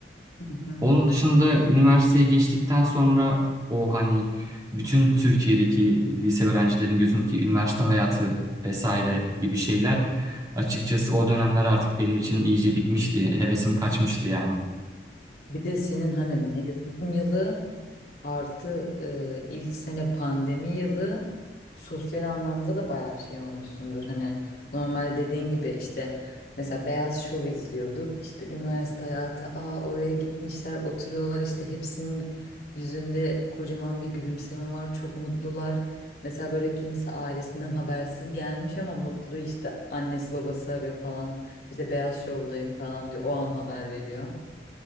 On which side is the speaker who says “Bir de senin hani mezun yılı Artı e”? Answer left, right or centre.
Left